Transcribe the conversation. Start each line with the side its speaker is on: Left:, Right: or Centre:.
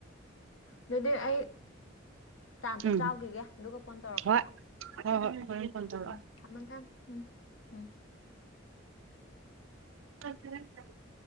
Left: ꯑꯗꯨꯗꯤ ꯑꯩ ꯆꯥꯛ ꯑꯝꯇ
Right: ꯎꯝ
Left: ꯆꯥꯎꯈꯤꯒꯦ ꯑꯗꯨꯒ ꯐꯣꯟ ꯇꯧꯔꯛꯀꯦ
Right: ꯍꯣꯏ
Left: ꯑꯃꯨꯛ
Right: ꯍꯣꯏ ꯍꯣꯏ ꯍꯣꯔꯦꯟ ꯐꯣꯟ ꯇꯧꯔꯛꯑꯣ
Left: ꯎꯝ ꯊꯝꯃꯣ ꯊꯝꯃꯣ ꯎꯝ ꯎꯝ
Right: ꯀ ꯆꯦ <unintelligible> <unintelligible>